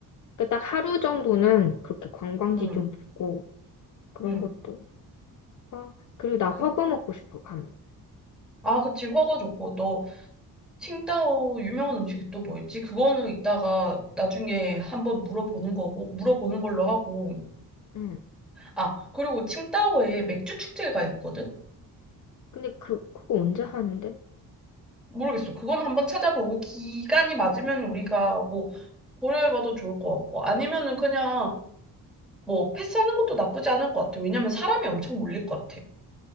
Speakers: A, on the left; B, in the centre.
A: 그딱 하루 정도는 그렇게 관광지
B: 응,
A: 좀 보고, 그런
B: 응.
A: 것도. 아, 그리고 나 허거
B: 그-
A: 먹고 싶어, 가면.
B: 아, 그치. 허거 좋고. 너, 칭다오 유명한 음식이 또 뭐 있지? 그거는 이따가 나중에 한번 물어보는 거고, 물어보는 걸로 하고.
A: 응.
B: 아, 그리고 칭다오에 맥주 축제가 있거든?
A: 근데 그, 그거 언제 하는데?
B: 모르겠어. 그거는 한번 찾아보고, 기간이 맞으면 우리가 뭐, 고려해봐도 좋을 것 같고, 아니면은 그냥 뭐, 패스하는 것도 나쁘지 않을 것 같아. 왜냐면 사람이 엄청 몰릴 것 같아.